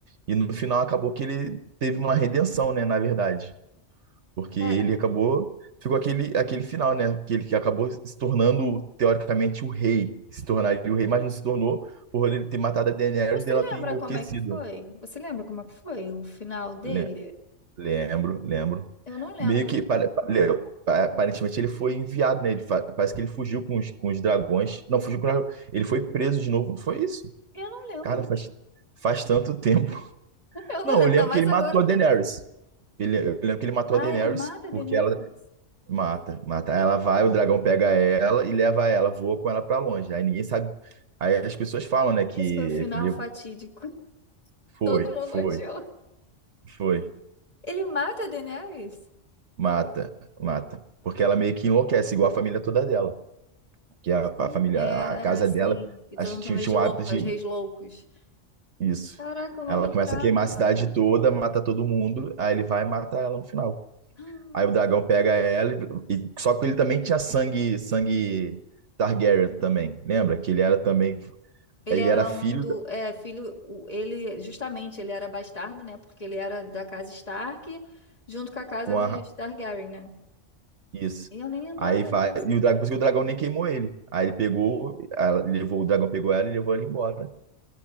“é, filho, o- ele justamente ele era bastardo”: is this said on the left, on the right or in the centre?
Left